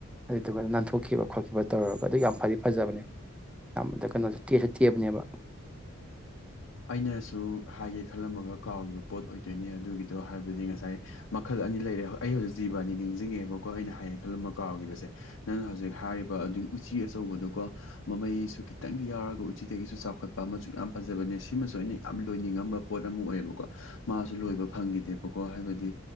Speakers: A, in the centre; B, on the left.
A: ꯑꯗꯨꯏꯗꯨꯒ ꯅꯥꯟꯊꯣꯛꯈꯤꯕ ꯈꯣꯠꯈꯤꯕ ꯇꯧꯔꯒ ꯑꯗꯨ ꯌꯥꯝ ꯐꯗꯤ ꯐꯖꯕꯅꯦ ꯑꯌꯥꯝꯕꯗ ꯀꯩꯅꯣꯁꯨ ꯇꯦꯁꯨ ꯇꯦꯕꯅꯦꯕ
B: ꯑꯩꯅꯁꯨ ꯍꯥꯏꯒꯦ ꯈꯜꯂꯝꯃꯒ ꯀꯥꯎꯈꯤꯕ ꯄꯣꯠ ꯑꯣꯏꯗꯣꯏꯅꯦ ꯑꯗꯨꯒꯤ ꯑꯗꯣ ꯍꯥꯏꯕꯗꯤ ꯉꯁꯥꯏ ꯃꯈꯜ ꯑꯅꯤ ꯂꯩꯔꯦ ꯍꯣꯏ ꯑꯩ ꯍꯧꯖꯤꯛ ꯖꯤꯕ ꯑꯅꯤ ꯅꯤꯡꯁꯤꯡꯉꯦꯕꯀꯣ ꯑꯩꯅ ꯍꯥꯏꯒꯦ ꯈꯜꯂꯃ ꯀꯥꯎꯈꯤꯕꯁꯦ ꯅꯪꯅ ꯍꯧꯖꯤꯛ ꯍꯥꯏꯔꯤꯕ ꯑꯗꯨꯒꯤ ꯎꯆꯤ ꯑꯆꯧꯕꯗꯨꯀꯣ ꯃꯃꯩꯁꯨ ꯈꯤꯇꯪꯗꯤ ꯌꯥꯎꯔꯒ ꯎꯆꯤꯗꯒꯤꯁꯨ ꯆꯥꯎꯈꯠꯄ ꯃꯆꯨ ꯌꯥꯝ ꯐꯖꯕꯅꯦ ꯁꯤ ꯁꯤꯃꯁꯨ ꯑꯩꯅ ꯌꯥꯝ ꯂꯣꯏꯅꯤꯡꯉꯝꯕ ꯄꯣꯠ ꯑꯃ ꯑꯣꯏꯌꯦꯕꯀꯣ ꯃꯥꯁꯨ ꯂꯣꯏꯕ ꯐꯪꯈꯤꯗꯦꯕꯀꯣ ꯍꯥꯏꯕꯗꯤ